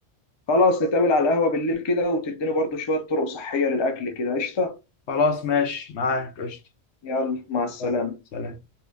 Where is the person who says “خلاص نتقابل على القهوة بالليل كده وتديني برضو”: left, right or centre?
Left